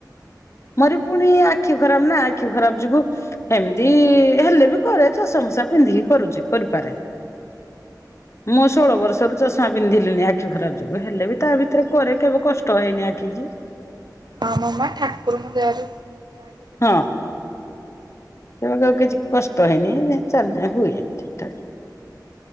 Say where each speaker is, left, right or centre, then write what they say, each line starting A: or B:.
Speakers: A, on the left (about 40°); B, on the right (about 75°).
A: ମର ପୁଣି ଆଖି ଖରାପ ନା ଆଖି ଖରାପ ଯୋଗୁ ଏମିତି ହେଲେ ବି କରେ ଚଷ ମସା ପିନ୍ଧିକି କରୁଛି କରିପାରେ। ମୁଁ ଷୋହଳ ବର୍ଷରୁ ଚଷମା ପିନ୍ଧିଲିନି ଆଖି ଖରାପ ଯୋଗୁ ହେଲେ ବି ତା ଭିତରେ କରେ କେବେ କଷ୍ଟ ହେଇନି ଆଖି କି।
B: ହଁ ମ ମା ଠାକୁରଙ୍କ ଦୟାରୁ। ଚାହିଁଲେ କେତେ
A: ହଁ।
B: ଦିନ ବଞ୍ଚିବ।
A: କେବେ ଆଉ କିଛି କଷ୍ଟ ହେଇନି ଚାଲି ହୁଏ ଠିକ ଠାକ।